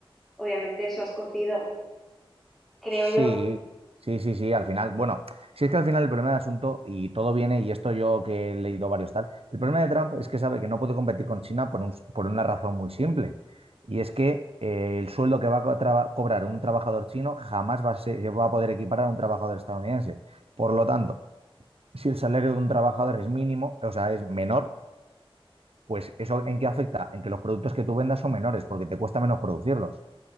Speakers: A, in the centre; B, on the right.
A: obviamente, eso has cocido creo
B: Sí,
A: yo.
B: sí, sí, sí, al final, bueno, si es que al final el problema del asunto, y todo viene, y esto yo que he leído varios tal, el problema de Trump es que sabe que no puede competir con China por, un- por una razón muy simple. Y es que eh, el sueldo que va a co- traba- cobrar un trabajador chino jamás va a, ser- va a poder equiparar a un trabajador estadounidense. Por lo tanto, si el salario de un trabajador es mínimo, o sea, es menor, pues eso en qué afecta? En que los productos que tú vendas son menores porque te cuesta menos producirlos.